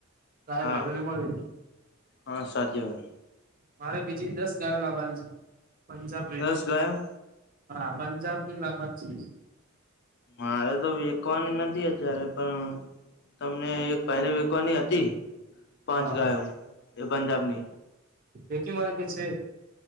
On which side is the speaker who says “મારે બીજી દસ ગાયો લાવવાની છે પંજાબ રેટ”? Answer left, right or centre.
Right